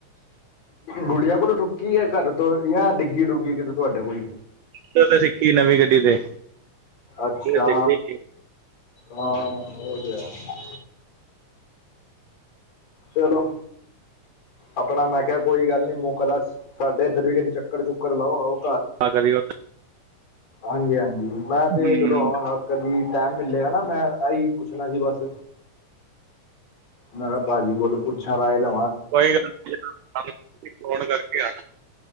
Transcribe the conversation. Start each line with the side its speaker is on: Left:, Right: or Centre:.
Left: ਗੁੱਡੀਆ ਕੋਲ ਠੁੱਕੀ ਆ ਘਰ ਤੋਂ ਜਾਂ ਡਿੱਗੀ ਡੁੱਗੀ ਕਿਤੇ ਤੁਹਾਡੇ ਕੋਲ ਈ
Right: ਤੇ ਸਿੱਖੀ ਨਵੀਂ ਗੱਡੀ ਤੇ
Left: ਅੱਛਾ।
Right: ਸਿੱਖਦੀ
Left: ਹਾਂ ੳਹ ਤੇ ਹੈ। ਚਲੋ। ਆਪਣਾ ਮੈਂ ਕਿਆ ਕੋਈ ਗੱਲ ਨੀ ਮੌਕਾ ਦਾ ਸਾਡੇ ਇੱਧਰ ਵੀ ਕਦੀ ਚੱਕਰ ਚੁੱਕਰ ਲਾਓ ਆਓ।
Right: ਹਾਂ ਕਦੀ ਓ
Left: ਹਾਂਜੀ-ਹਾਂਜੀ ਮੈਂ ਤੇ
Right: ਹੂੰ
Left: ਚਲੋ ਆਵਾਂਗਾ ਕਦੀ ਟੈਮ ਮਿਲੇਗਾ। ਨਾ ਮੈਂ ਆਈ ਪੁੱਛਣਾ ਸੀ ਬਸ ਮੈਂ । ਭਾਜੀ ਕੋਲ ਪੁੱਛਾਂ ਰਾਏ ਲ
Right: ਕੋਈ ਗੱਲ ਨੀ ਸਾਨੂੰ ਤੁਸੀ ਫੋਨ ਕਰਕੇ ਆਣਾ